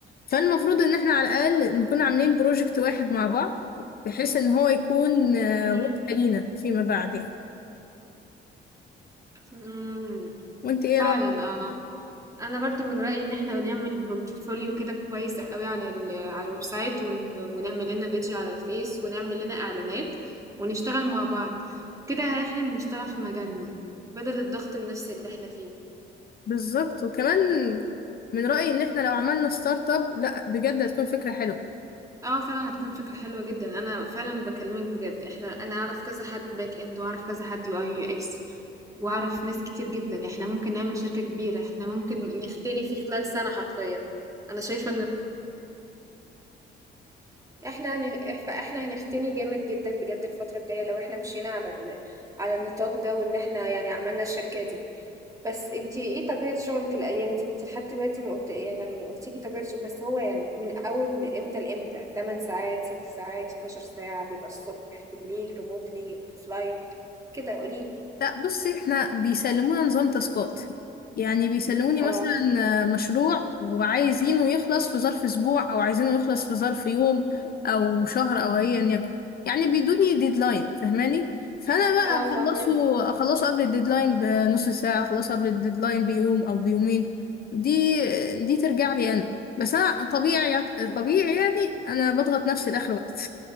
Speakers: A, on the left; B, on the right.
A: فالمفروض ان احنا على الاقل نكون عاملين بروجكت واحد مع بعض بحيث ان هو يكون آه،
B: مم.
A: وقت لينا فيما بعد يعني
B: مم.
A: وانت ايه
B: فعلا
A: رأيك
B: اه انا برضو من رأيي ان احنا نعمل بورتفوليو كده كويس قوي على ال على الويب سايت و- ونعمل لنا بيج على الفيس ونعمل لنا اعلانات ونشتغل مع بعض كده احنا بنشتغل في مجالنا بدل الضغط النفسي اللي احنا فيه
A: بالظبط وكمان من رأيي ان احنا لو عملنا ستارت اب لا بجد هتكون فكرة حلوة
B: اه فعلا هتكون فكرة حلوة جدا انا فعلا بكلمك بجد احنا انا اعرف كذا حد باك اند واعرف كذا حد يو اي يو اكس واعرف ناس كتير جدا احنا ممكن نعمل شركة كبيرة احنا ممكن نختني في خلال سنة حرفيا انا شايفة ان احنا هن... فاحنا هنختني جامد جدا بجد الفترة الجاية لو احنا مشينا على ال... على النطاق ده وان احنا يعني عملنا الشركة دي بس انتي ايه طبيعة شغلك الأيام دي انتي لحد دلوقتي ما قلت يعني قلتي لي طبيعة شغلك بس هو يعني من أول امتى لامتى 8 ساعات 6 ساعات 12 ساعة بيبقى الصبح بالليل ريموتلي اوفلاين كده قوليلي
A: لا بصي احنا بيسلمونا نظام تاسكات يعني بيسلموني
B: اه
A: مثلا آه، مشروع وعايزينه يخلص في ظرف اسبوع او عايزينه يخلص في ظرف يوم او شهر او ايا يكن يعني بيدوني ديدلاين فاهماني فانا بقى
B: اه فاهمك
A: اخلصه اخلصه قبل الديدلاين بنص ساعة اخلصه قبل الديدلاين بيوم او بيومين دي دي ترجع لي انا بس انا طبيعي طبيعي يعني انا بضغط نفسي لاخر وقت